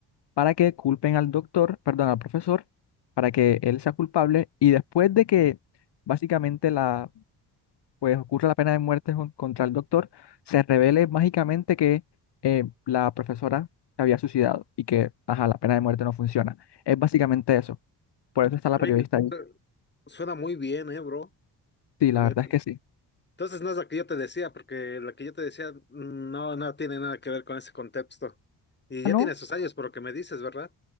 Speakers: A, on the left; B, on the left.
A: para que culpen al doctor, perdón, al profesor, para que él sea culpable. Y después de que básicamente la pues ocurre la pena de muerte jun- contra el doctor, se revele mágicamente que eh, la profesora se había suicidado y que, ajá, la pena de muerte no funciona. Es básicamente eso. Por eso está la
B: Oye,
A: periodista
B: sí,
A: ahí.
B: su- suena muy bien, ¿eh, bro?
A: Sí,
B: Le-
A: la verdad es que sí.
B: Entonces no es la que yo te decía, porque la que yo te decía no, no tiene nada que ver con ese contexto. Y ya
A: Ah, no.
B: tiene sus años por lo que me dices, ¿verdad?